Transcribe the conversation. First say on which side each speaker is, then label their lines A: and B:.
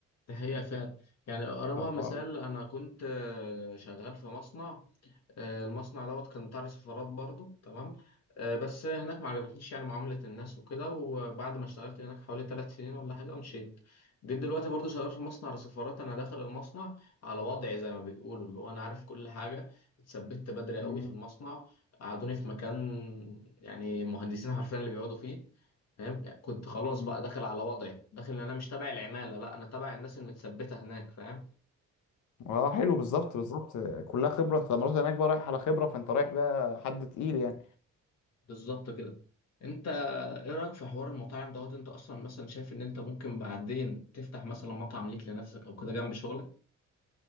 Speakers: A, on the left; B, on the left.
A: ده حقيقة فعلا يعني أقربها
B: فالحوار
A: مثال أنا كنت آه، شغال في مصنع آه، المصنع دوت كان بتاع سفارات برضه تمام آه، بس هناك ما عجبتنيش يعني معاملة الناس وكده وبعد ما اشتغلت هناك حوالي ثلاث سنين ولا حاجة مشيت جيت دلوقتي برضه شغال في مصنع سفارات أنا داخل المصنع على وضعي زي ما بيقولوا اللي هو أنا عارف كل حاجة اتثبت بدري
B: مم.
A: قوي في المصنع قعدوني في مكان يعني مهندسين حرفيا اللي بيقعدوا فيه فاهم كنت خلاص
B: مم.
A: بقى داخل على وضعي داخل إن أنا مش تابع العمالة لا أنا تابع الناس المتثبتة هناك فاهم
B: اه حلو بالظبط بالظبط كلها خبرة أنت لما رحت هناك بقى رايح على خبرة فأنت رايح بقى حد تقيل يعني
A: بالظبط كده انت ايه رأيك في حوار المطاعم دوت انت اصلا مثلا شايف ان انت ممكن بعدين تفتح مثلا مطعم ليك لنفسك او كده جنب شغلك